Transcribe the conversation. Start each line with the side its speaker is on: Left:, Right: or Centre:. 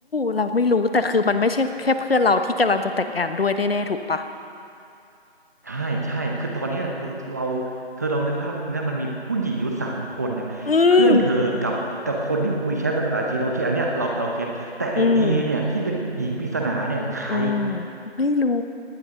Left: เราไม่รู้แต่คือมันไม่ใช่แค่เพื่อนเราที่กำลังจะแต่งงานด้วยแน่ๆถูกปะ
Right: ใช่ใช่คือตอนเนี้ยเราเธอลองนึกภาพแล้วตอนเนี้ยมันมีผู้หญิงอยู่สามคนเนี่ยเพื่อนเธอกับกับคนที่คุยแชทเป็นภาษาจีนโอเคอันเนี้ยเราเราเก็ตแต่ไอเอเนี่ยที่เป็นหญิงปริศนาเนี่ยใคร
Left: อืมอืมอืมไม่รู้